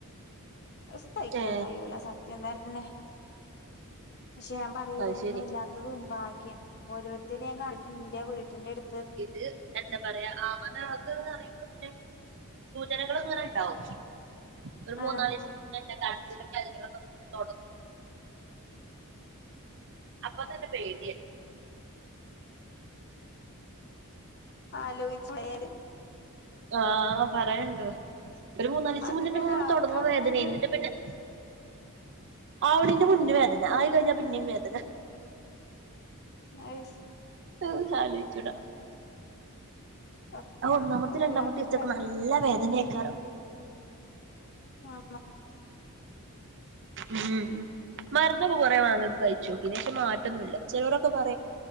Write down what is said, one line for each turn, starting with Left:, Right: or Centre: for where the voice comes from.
Left: അത് സഹിക്കാൻ
Right: ഏ
Left: കയൂല സത്യം തന്നെ പക്ഷെ ഞാൻ പറയെ
Right: അത്
Left: എന്നും
Right: ശരി
Left: ഇല്ലാത്തത് ഭാഗ്യം ഓരോരുത്തരത് ഞാൻണന്റെ വീട്ടിന്റെ അടു
Right: ഇത് എന്താ പറയാ അവന അത്ന്ന്റ സൂചനകള്ങ്ങനെ ണ്ടാവും ഒരു
Left: ആഹ്
Right: മൂനാലിയിസം പി കടച്ചിലും വലുകളൊക്കെന്ന് തുടങ്ങും അപ്പൊ തന്നെ പേട്യ
Left: ആലോയിച്ചുവരേണ്
Right: ആഹ് പറയണ്ട് ഒരു മൂന്നാലിസം
Left: അതിങ്ങനെ
Right: മുന്നെന്നെങ്ങനെ തുടങ്ങുംവേദനെ
Left: അതാണ്
Right: ന്നിട്ട് പിന്നെ ആവണീന്റെ മുന്ന വേദന ആയി കഴിഞ്ഞ പിന്നേം വേദന
Left: അയി
Right: അ സാലിച്ചുടാ
Left: സത്യാണ്
Right: ആ ഒന്നാമത്തെ
Left: അത് വല്ലാത്തൊരു
Right: രണ്ടാമത്തെ സാക്കെ നല്ല വേദന ആക്കാരം
Left: ആ
Right: ഉം മര് ന്നൊക്കെ കുറേ വാങ്ങത് കഴിച്ചോക്കി നിട്ട് മാറ്റൊന്നുല്ല ചിലരൊക്കെപറയും